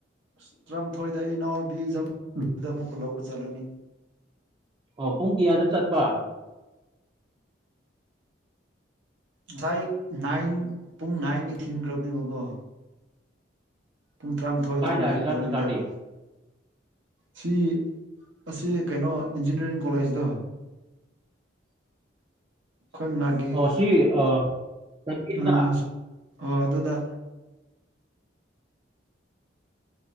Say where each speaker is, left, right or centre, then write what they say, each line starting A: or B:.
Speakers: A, on the right; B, on the right.
A: <unintelligible> ꯏꯅꯥꯎꯄꯤ ꯑꯃꯨꯛꯀ ꯂꯧꯕ ꯆꯠꯂꯅꯤ
B: ꯑꯣ ꯄꯨꯡ ꯀꯥꯌꯗ ꯆꯠꯄ
A: ꯉꯁꯥꯏ ꯅꯥꯏꯟ ꯄꯨꯡ ꯅꯥꯏꯟꯗꯒꯤ ꯊꯤꯟꯈ꯭ꯔꯕꯅꯦꯕꯀꯣ ꯄꯨꯡ ꯇꯔꯥꯃꯥꯊꯣꯏꯗ
B: ꯀꯥꯏꯗ
A: ꯂꯣꯏ
B: ꯑꯦꯛꯖꯥꯝ
A: ꯂꯣꯏꯒꯗꯕ
B: ꯏꯁꯇꯥꯔꯠꯇꯤ
A: ꯁꯤ ꯑꯁꯤ ꯀꯩꯅꯣ ꯏꯟꯖꯤꯅ꯭ꯌꯥꯔꯤꯡ ꯀꯣꯂꯦꯖꯇꯣ
B: <inaudible>
A: ꯑꯩꯈꯣꯏ ꯃꯅꯥꯛꯀꯤ
B: ꯑꯣ ꯁꯤ ꯑꯣ <unintelligible>
A: ꯎꯝ ꯑꯣ ꯑꯗꯨꯗ